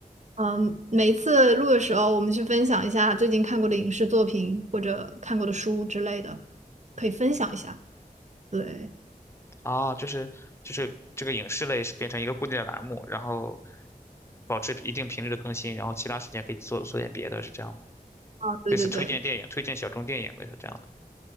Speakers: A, on the right; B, on the left.
A: 嗯，每一次录的时候，我们去分享一下最近看过的影视作品或者看过的书之类的，可以分享一下。对，
B: 啊，就是就是这个影视类是变成一个固定的栏目，然后保持一定频率的更新，然后其他时间可以做做点别的，是这样吗？
A: 啊，对对对，
B: 类似推荐电影、推荐小众电影，类似这样的。